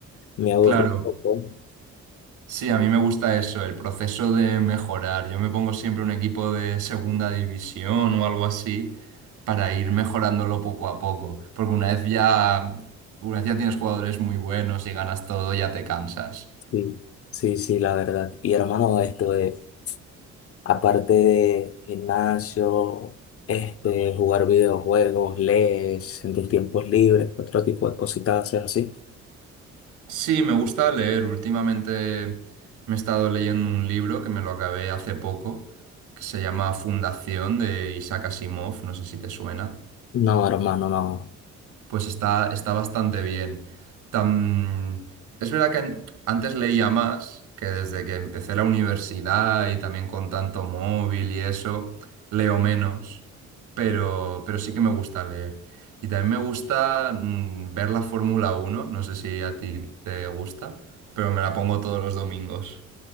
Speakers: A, on the left; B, on the right.
A: me aburro
B: Claro,
A: un poco.
B: Sí, a mí me gusta eso, el proceso de mejorar. Yo me pongo siempre un equipo de segunda división o algo así para ir mejorándolo poco a poco, porque una vez ya, una vez ya tienes jugadores muy buenos y ganas todo, ya te cansas.
A: Sí, sí, sí, la verdad. Y hermano, esto de, aparte de gimnasio, este, jugar videojuegos, lees en tus tiempos libres, otro tipo de cositas haces así.
B: Sí, me gusta leer. Últimamente me he estado leyendo un libro que me lo acabé hace poco, que se llama Fundación de Isaac Asimov, no sé si te suena.
A: No, hermano, no.
B: pues está, está bastante bien. Tam- Es verdad que an- antes leía más, que desde que empecé la universidad y también con tanto móvil y eso, leo menos, pero, pero sí que me gusta leer. Y también me gusta mm, ver la Fórmula uno no sé si a ti te gusta, pero me la pongo todos los domingos.